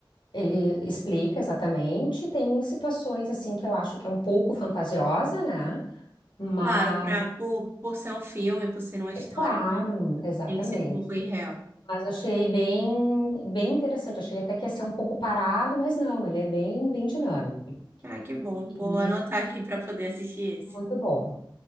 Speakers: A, on the left; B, on the right.
A: ele explica exatamente. Tem situações assim que eu acho que é um pouco fantasiosa, né? Mas
B: Claro, pra, por, por ser um filme, por ser uma história,
A: é claro,
B: né?
A: exatamente.
B: Tem que ser um pouco irreal.
A: Mas achei bem, bem interessante. Achei até que ia ser um pouco parado, mas não, ele é bem, bem dinâmico
B: Ah, que bom.
A: e
B: Vou anotar aqui para poder assistir esse.
A: muito bom.